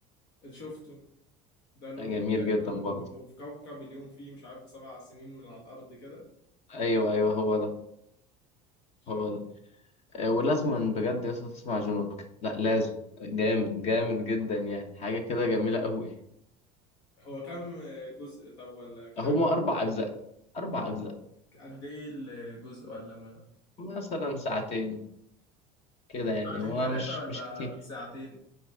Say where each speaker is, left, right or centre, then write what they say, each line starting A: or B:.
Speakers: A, on the left (about 80°); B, on the left (about 45°).
A: شفته ده اللي
B: جميل
A: هو بيتهيألي
B: جدا
A: كانوا
B: برضه
A: بيبقوا في كوكب اليوم فيه مش عارف بسبع سنين من على الارض كده
B: ايوه ايوه هو ده
A: شفت
B: هو ده اه، ولازم بجد يا اسطى تسمع جون ويك لا لازم جامد جامد جدا يعني حاجه كده جميله قوي
A: هو كام آه، جزء طب ولا كام
B: هما اربع اجزاء اربع اجزاء
A: قد ايه الجزء ولا ما
B: مثلا ساعتين كده يعني
A: ساعتين
B: هو
A: ثلاثه
B: مش
A: ولا
B: مش كتير
A: ساعتين